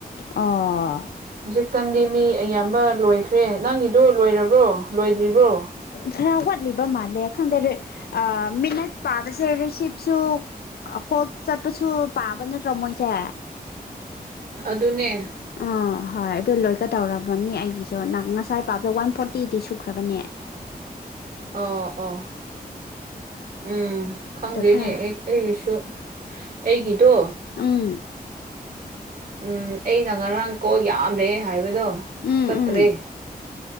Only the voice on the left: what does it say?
ꯑꯣ
ꯈꯔ ꯋꯥꯠꯂꯤꯕ ꯃꯥꯜꯂꯦ ꯈꯪꯗꯦ ꯃꯤꯅꯠ ꯄꯥꯕꯁꯦ ꯔꯤꯁꯤꯞꯁꯨ ꯀꯣꯛ ꯆꯠꯄꯁꯨ ꯄꯥꯕ ꯅꯠꯇ꯭ꯔꯣ ꯃꯣꯏꯁꯦ
ꯑꯥ ꯍꯣꯏ ꯑꯗꯨ ꯂꯣꯏꯒ ꯇꯧꯔꯕꯅꯤ ꯑꯩꯒꯤꯁꯨ ꯅꯍ ꯉꯁꯥꯏ ꯄꯥꯛꯇ ꯋꯥꯟ ꯐꯣꯔꯇꯤꯗꯤ ꯁꯨꯈ꯭ꯔꯕꯅꯦ
ꯗ ꯈꯔ
ꯎꯝ
ꯎꯝ
ꯎꯝ